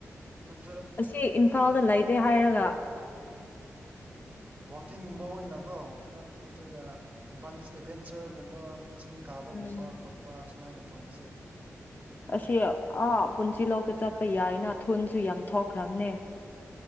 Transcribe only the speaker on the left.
ꯁꯤ ꯏꯝꯐꯥꯜꯗ ꯂꯩꯇꯦ ꯍꯥꯏꯔꯒ
ꯎꯝ
ꯑꯁꯤ ꯑꯥ ꯄꯨꯟꯁꯤ ꯂꯧꯛꯇ ꯆꯠꯄ ꯌꯥꯏꯅ ꯊꯨꯟꯁꯨ ꯌꯥꯝ ꯊꯣꯛꯈ꯭ꯔꯝꯅꯦ